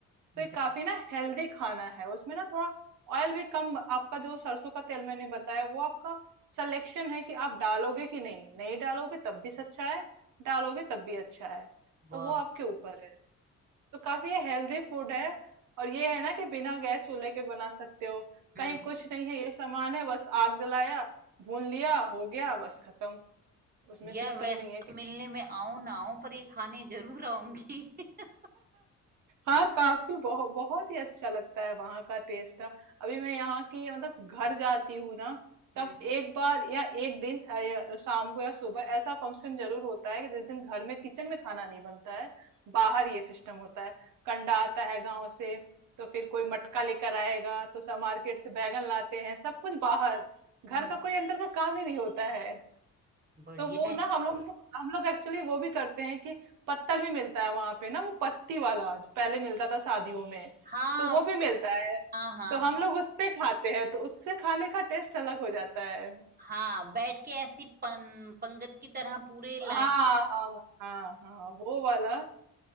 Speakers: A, on the right (about 30°); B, on the right (about 80°).
A: बे-
B: तो ये काफी ना हेल्दी खाना है उसमें ना थोड़ा ऑयल भी कम आपका जो सरसों का तेल मैंने बताया वो आपका सिलेक्शन है कि आप डालोगे कि नहीं नहीं डालोगे तब भी अच्छा है डालोगे तब भी अच्छा है
A: वाह
B: तो वो आपके ऊपर है तो काफी हेल्दी फूड है और ये है ना कि बिना गैस चूल्हे के बना सकते हो कहीं
A: हम्म
B: कुछ नहीं है ये सामान है बस आग जलाया भून लिया हो गया बस खत्म उसमें
A: यार
B: सिस्टम
A: वैसे
B: नहीं है
A: तो मिलने में आऊं ना आऊं पर ये खाने जरूर आऊंगी <laughs>
B: हाँ काफी बहुत बहुत ही अच्छा लगता है वहां का टेस्ट अभी मैं यहाँ की मतलब घर जाती हूँ ना
A: हम्म
B: तब एक बार या एक दिन अ, या शाम को या सुबह ऐसा फंक्शन जरूर होता है कि जिस दिन घर में किचन में खाना नहीं बनता है बाहर ये सिस्टम होता है कंडा आता है गांव से तो फिर कोई मटका लेकर आएगा तो सब मार्केट से बैगन लाते हैं सब कुछ बाहर घर
A: हम्म,
B: का कोई अंदर का काम ही नहीं होता है
A: बढ़िया
B: तो वो
A: है
B: ना हम हम लोग हम लोग एक्चुअली वो भी करते हैं कि पत्तल भी मिलता है वहां पे ना वो पत्ती वाला जो पहले मिलता था शादियों में
A: हाँ
B: तो वो भी मिलता है
A: हाँ हाँ
B: तो
A: हाँ
B: हम लोग उस पे खाते हैं तो उससे खाने का टेस्ट अलग हो जाता है
A: हाँ बैठ के ऐसी पं, पंगत की तरह पूरे लाइन
B: हाँ हाँ हाँ हाँ वो वाला